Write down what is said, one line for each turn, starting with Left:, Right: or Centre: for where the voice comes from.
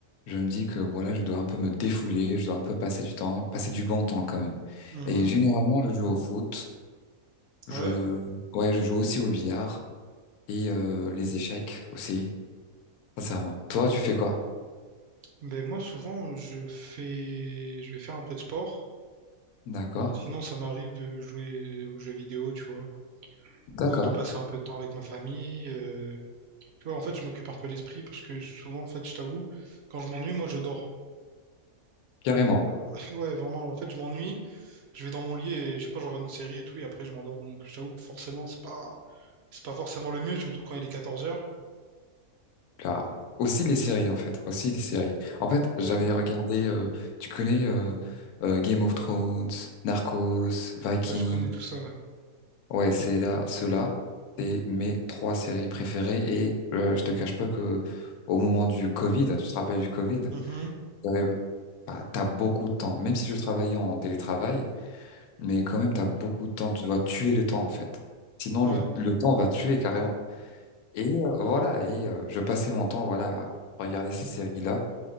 Left: je me dis que voilà, je dois un peu me défouler, je dois un peu passer du temps, passer du bon temps quand même.
Right: Mhm.
Left: Et généralement, je joue au foot, je
Right: Ouais.
Left: ouais, je joue aussi au billard et euh, les échecs aussi. Sincèrement. Toi, tu fais quoi?
Right: Ben moi souvent je fais je vais faire un peu de sport.
Left: D'accord.
Right: Sinon ça m'arrive de jouer aux jeux vidéo, tu vois, ou
Left: D'accord.
Right: euh, de passer un peu de temps avec ma famille. euh. Tu vois en fait je m'occupe un peu l'esprit parce que souvent en fait je t'avoue quand je m'ennuie moi je dors.
Left: Carrément.
Right: Et euh, <laughs> ouais, vraiment, en fait, je m'ennuie, je vais dans mon lit et je sais pas, je regarde une série et tout, et après je m'endors. Donc je t'avoue que forcément, c'est pas c'est pas forcément le mieux, surtout quand il est quatorze heures
Left: Là. Aussi les séries, en fait. Aussi les séries. En fait, j'avais
Right: Ouais,
Left: regardé, euh, tu connais euh, euh, Game of Thrones, Narcos, Vikings.
Right: ouais, je connais tout ça, ouais.
Left: Ouais, c'est là, ceux-là, c'est mes trois séries préférées. Et euh, je te cache pas que au moment du Covid, tu te rappelles du Covid,
Right: Mhm.
Left: j'avais- bah, t'as beaucoup de temps. Même si je travaillais en télétravail, mais quand même, t'as beaucoup de temps. Tu dois tuer le temps, en fait. Sinon,
Right: Ouais,
Left: le, le temps va te tuer carrément. Et euh, voilà, et euh, je passais mon temps voilà, à regarder ces séries-là.